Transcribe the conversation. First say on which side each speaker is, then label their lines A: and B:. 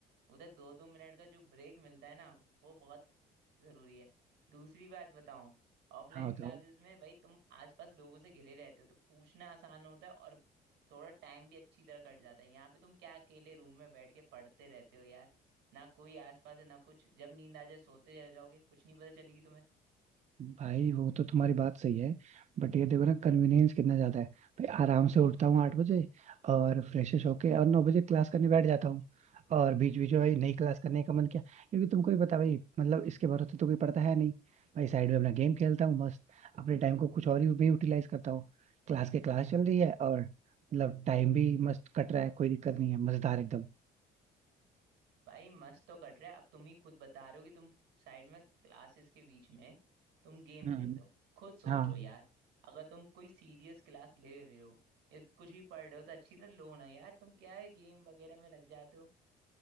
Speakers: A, on the right; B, on the right.
A: उधर दो दो मिनट का जो ब्रेक मिलता है ना वो बहुत जरूरी है दूसरी बात बताऊं ऑफलाइन
B: हाँ बताओ
A: क्लासेस में भाई तुम आसपास लोगों से घिरे रहते हो तो पूछना आसान होता है और थोड़ा टाइम भी अच्छी तरह कट जाता है यहाँ पे तुम क्या अकेले रूम में बैठ के पढ़ते रहते हो यार ना कोई आसपास है ना कुछ जब नींद आ जाए सोते रह जाओगे कुछ नहीं पता चलेगी
B: भाई वो तो तुम्हारी बात सही है बट ये देखो ना कन्वीनियंस कितना ज्यादा है भाई आराम से उठता हूँ आठ बजे और फ्रेशेश होके और नौ बजे क्लास करने बैठ जाता हूँ और बीच बीच में भाई नई क्लास करने का मन किया क्योंकि तुमको भी पता भाई मतलब इसके भरोसे तो कोई पड़ता है नहीं भाई साइड में अपना गेम खेलता हूँ मस्त अपने टाइम को कुछ और ही भी यूटिलाइज
A: तुम्हें
B: करता हूँ क्लास के क्लास चल रही है और मतलब टाइम भी मस्त कट रहा है कोई दिक्कत नहीं है मजेदार एकदम
A: भाई मस्त तो कट रहा है अब तुम ही खुद बता रहे हो कि तुम साइड में क्लासेस के बीच में तुम गेम
B: हम्म
A: खेलते हो खुद सोचो
B: हाँ
A: यार अगर तुम कोई सीरियस क्लास ले रहे हो या कुछ भी पढ़ रहे हो तो अच्छी तरह लो ना यार तुम क्या है गेम वगैरह में लग जाते हो